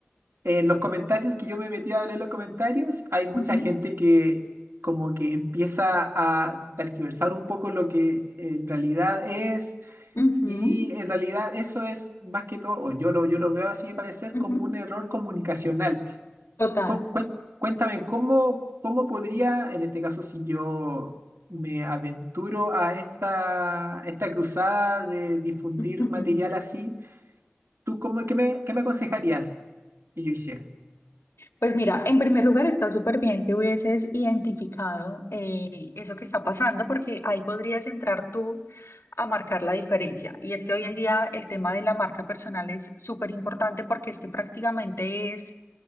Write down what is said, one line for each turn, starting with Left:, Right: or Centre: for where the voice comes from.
Right: en los comentarios que yo me metí a leer los comentarios, hay mucha
Left: ujú,
Right: gente que como que empieza a tergiversar un poco lo que en realidad es
Left: ujú,
Right: y en realidad eso es más que todo, o yo lo, yo lo veo así de parecer,
Left: ujú.
Right: como un error comunicacional.
Left: Total.
Right: Com- cuen- cuéntame, ¿cómo, cómo podría, en este caso, si yo me aventuro a esta, esta cruzada de difundir
Left: Ujú.
Right: material así, ¿tú cómo, qué me, qué me aconsejarías que yo hiciera?
Left: Pues mira, en primer lugar está súper bien que hubieses identificado eh, eso que está pasando, porque ahí podrías entrar tú a marcar la diferencia. Y es que hoy en día el tema de la marca personal es súper importante porque este prácticamente es,